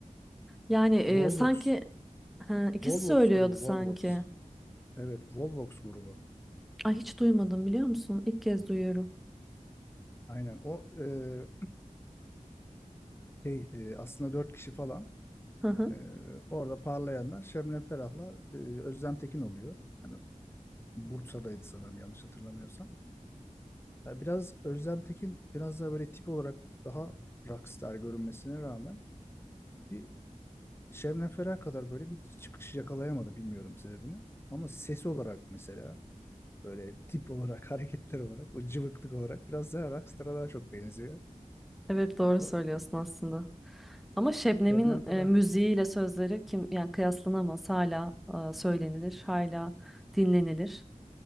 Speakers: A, in the centre; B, on the left (about 20°).
A: Yani e,
B: Volvox
A: sanki ha, ikisi
B: Volvox
A: söylüyordu
B: grubu
A: sanki.
B: Volvox Evet, Volvox grubu.
A: Ay hiç duymadım biliyor musun? İlk kez duyuyorum.
B: Aynen. O e, şey, e, aslında dört kişi falan.
A: Hı hı.
B: E, orada parlayanlar Şebnem Ferah'la e, Özlem Tekin oluyor. Hani Bursa'daydı sanırım yanlış hatırlamıyorsam. Ya biraz Özlem Tekin biraz daha böyle tip olarak daha rockstar görünmesine rağmen bir Şebnem Ferah kadar böyle bir çıkış yakalayamadı bilmiyorum sebebini. Ama sesi olarak mesela böyle tip olarak <laughs> hareketler olarak o cıvıklık olarak biraz daha rockstar'a daha çok benziyor.
A: Evet doğru
B: O
A: söylüyorsun aslında. Ama Şebnem'in
B: Şebnem Ferah.
A: e, müziğiyle sözleri kim yani kıyaslanamaz. Hala e, söylenilir, hala dinlenilir.